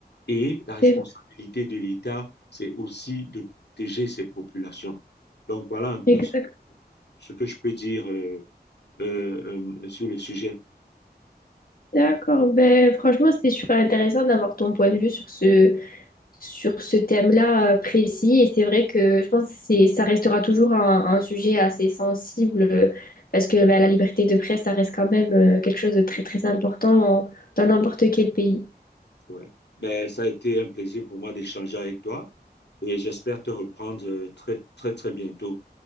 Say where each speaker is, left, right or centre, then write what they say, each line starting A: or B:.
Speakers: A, on the left (about 85°); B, on the left (about 60°).
A: Et la responsabilité
B: c'est vrai.
A: de l'État, c'est aussi de protéger ces populations. Donc voilà un peu
B: Exact.
A: ce ce que je peux dire. euh, euh, euh, sur le sujet.
B: D'accord. Ben, franchement, c'était super intéressant d'avoir ton point de vue sur ce, sur ce thème-là euh, précis. Et c'est vrai que je pense que c'est- ça restera toujours un, un sujet assez sensible euh, parce que ben, la liberté de presse, ça reste quand même euh, quelque chose de très, très important dans n'importe quel pays.
A: Ouais. Ben, ça a été un plaisir pour moi d'échanger avec toi et j'espère te reprendre euh, très, très, très bientôt.